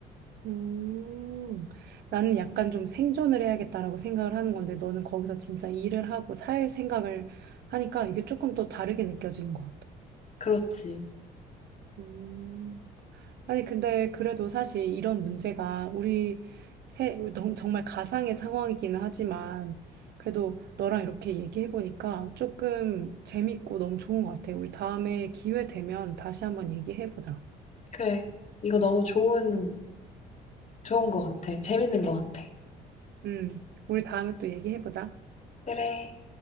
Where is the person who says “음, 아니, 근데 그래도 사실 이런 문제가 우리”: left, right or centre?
Right